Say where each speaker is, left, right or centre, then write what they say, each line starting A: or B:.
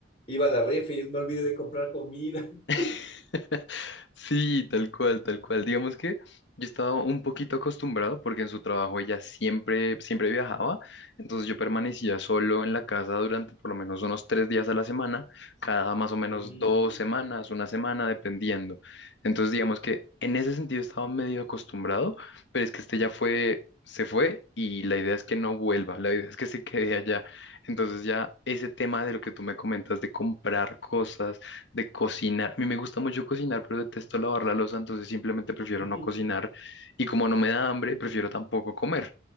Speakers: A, on the left; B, on the left.
A: Iba a la refri y me olvidé de comprar comida. <laughs>
B: <laughs> Sí, tal cual, tal cual. Digamos que yo estaba un poquito acostumbrado porque en su trabajo ella siempre, siempre viajaba, entonces yo permanecía solo en la casa durante por lo menos unos tres días a la semana, cada más o menos
A: Mm.
B: dos semanas, una semana, dependiendo. Entonces digamos que en ese sentido estaba medio acostumbrado, pero es que este ya fue, se fue y la idea es que no vuelva, la idea es que se quede allá. Entonces ya ese tema de lo que tú me comentas de comprar cosas de cocinar. A mí me gusta mucho cocinar, pero detesto lavar la loza, entonces simplemente prefiero
A: <laughs>
B: no cocinar. Y como no me da hambre, prefiero tampoco comer.